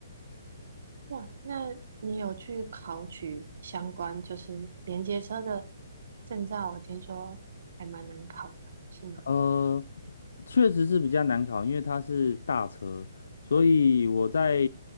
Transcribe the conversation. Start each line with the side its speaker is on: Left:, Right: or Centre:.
Right: 哇，那你有去考取相关就是连接车的证照？我听说还蛮难考的，是吗？
Left: 呃，确实是比较难考，因为它是大车，所以我在